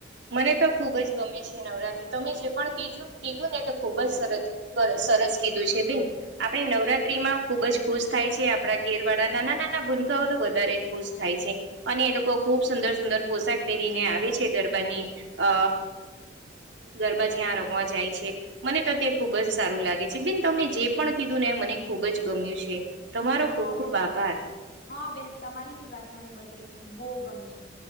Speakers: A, on the right; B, on the left.
A: મને તો ખૂબ જ ગમે છે નવરાત્રી તો મેમે જે પણ કીજું કીધું ને એ ખૂબ જ સરસ સરસ કીધું છે બેન આપણે નવરાત્રીમાં ખુબ જ ખુશ થાય છે આપણા ઘેરવાળા નાના નાના ભૂનકાઓ તો વધારે ખુશ થાય છે અને એ લોકો ખૂબ સુંદર સુંદર પોશાક પહેરીને આવે છે ગરબાની અ ગરબા જ્યાં રમવા જાય છે મને તો તે ખૂબ જ સારું લાગે છે બેિન તમે જે પણ કીધું ને મને ખૂબ જ ગમ્યું છે તમારો ખૂબ
B: હા
A: ખુબ
B: બેન
A: આભાર
B: હા બેન તમારી ભી વાત મને બધે બહુ ગમ્યું